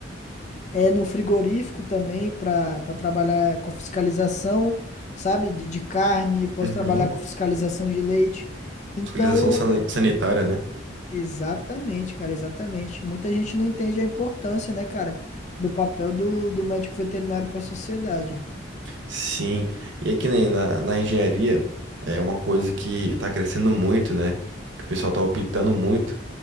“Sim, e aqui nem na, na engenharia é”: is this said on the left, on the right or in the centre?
Right